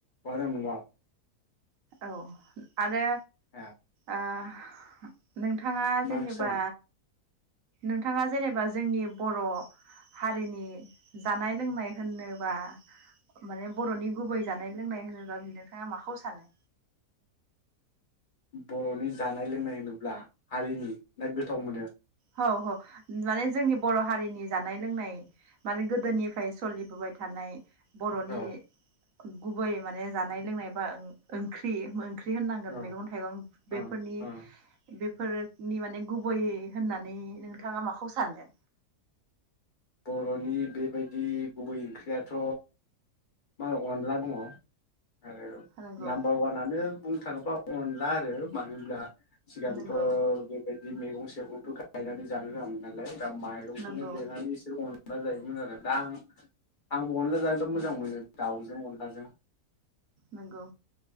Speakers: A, on the left; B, on the right.
A: <unintelligible>
B: औ आरो
A: हा
B: ओ नोंथाङा जेनेबा
A: ओंख्रि जानाय
B: नोंथाङा जेनेबा जोंनि बर' हारिनि जानाय लोंनाय होननोबा माने बर'नि गुबै जानाय लोंनाय होनोबा नोंथाङा माखौ सानो?
A: बर'नि जानाय लोंनाय होनोब्ला हारिनि ना गोथाव मोनो
B: औ औ माने जोंनि बर' हारिनि। जानाय लोंनाय। माने गोदोनिफ्राय सलिबोबाय थानाय। बर'नि
A: औ
B: गुबै माने जानाय लोंनाय बा ओंख्रि ओंख्रि होननांगोन
A: औ
B: मैगं थाइगं बेफोरनि
A: औ औ
B: बे फोरनि माने गुबैयै होननानै नोंथाङा माखौ सानो
A: बर'नि बेबायदि गुबै ओंख्रियाथ' मा अनला दङ आरो
B: नंगौ
A: नाम्बार वानानो बुंनो थाङोब्ला अनला आरो मानोब्ला सिगांथ'
B: नंगौ
A: बेबा बे मैगं सेगंथ' गायनानै जानो रोङामोन नालाय। दा माइरंखौनो
B: नंगौ
A: देनानै इस जायोमोन आरो दा आं अनला जानो मोजां
B: नंगौ
A: मोनो दाउ जों अनलाजों।
B: नंगौ